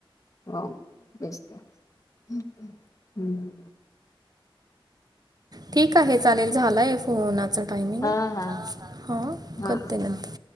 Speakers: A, on the left; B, on the right.
A: ह, तेच की. ठिकय. हम.
B: ठीक आहे, चालेल. झालाय, फोनाचा टायमिंग.
A: हा हा
B: हा
A: हा
B: करते नंतर.